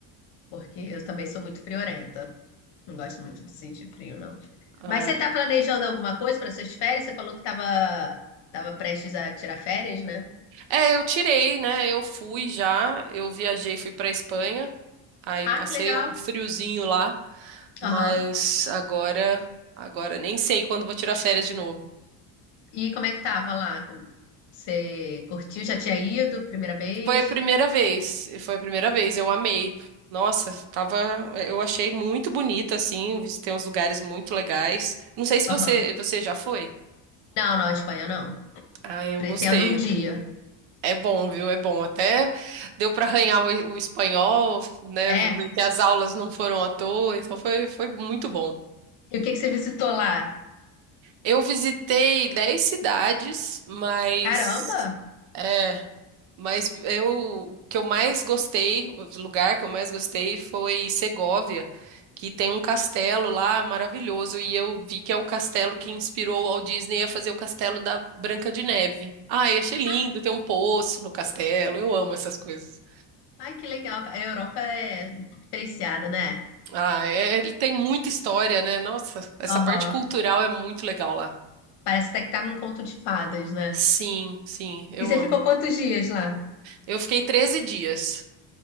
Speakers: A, on the left; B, on the right.
A: porque eu também sou muito friorenta. Não gosto muito de sentir frio, não.
B: Ah,
A: Mas você tá planejando alguma coisa para suas férias? Você falou que tava, tava prestes a tirar férias, né?
B: É, eu tirei, né? Eu fui já, eu viajei, fui pra Espanha, aí
A: Ah,
B: passei
A: que legal.
B: um friozinho lá, mas
A: Aham.
B: agora, agora nem sei quando vou tirar férias de novo.
A: E como é que tava lá? Você curtiu? Já tinha ido? Primeira vez?
B: Foi a primeira vez, foi a primeira vez, eu amei. Nossa, tava, eu achei muito bonito assim, visitei uns lugares muito legais. Não sei se você,
A: Aham.
B: você já foi.
A: Não, não, a Espanha não.
B: Ah, eu
A: Pretendo
B: gostei.
A: um dia.
B: É bom, viu? É bom. Até deu para arranhar o, o espanhol, né?
A: É.
B: Ver que as aulas não foram à toa, então foi, foi muito bom.
A: E o que que você visitou lá?
B: Eu visitei 10 cidades, mas
A: Caramba!
B: é, mas eu o que eu mais gostei, o lugar que eu mais gostei foi Segóvia, que tem um castelo lá maravilhoso e eu vi que é o castelo que inspirou o Walt Disney a fazer o castelo da Branca de Neve. Ai, achei lindo,
A: Ai,
B: tem um poço no castelo. Eu amo essas coisas.
A: ai, que legal. A Europa é diferenciada, né?
B: Ah, é- ele tem muita história, né? Nossa, essa
A: Aham.
B: parte cultural é muito legal lá.
A: Parece até que tá num conto de fadas, né?
B: Sim, sim, eu
A: E você
B: amo.
A: ficou quantos dias lá?
B: Eu fiquei treze dias.